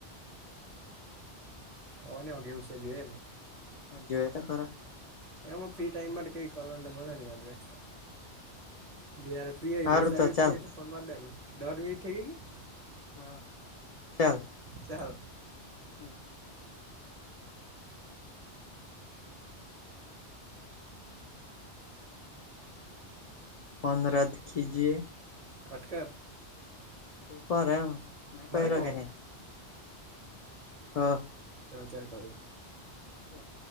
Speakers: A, on the right (about 40°); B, on the left (about 65°).
A: ખાવાની હોયગ એવું છે જોઈએ ને.
B: હ જોયા ત ખરા.
A: એમાં ફ્રી ટાઈમ માં કઈ કરવાને મળે નહી આપડે. જેયાર ફ્રી હોય
B: હારું
A: દોસ્તાર બી
B: ચાલ
A: ફ્રીય તો ફોન માર દે ડટ મીઠ ઠીક કે?
B: હા ચાલ.
A: ચાલ.
B: હા. ફોન રદ કજએ.
A: કટ કર.
B: તું કરમ ના કહી
A: મારે
B: ર
A: કહેવાનો
B: કે નહી, હ.
A: ચ ચાર કરો.
B: હા.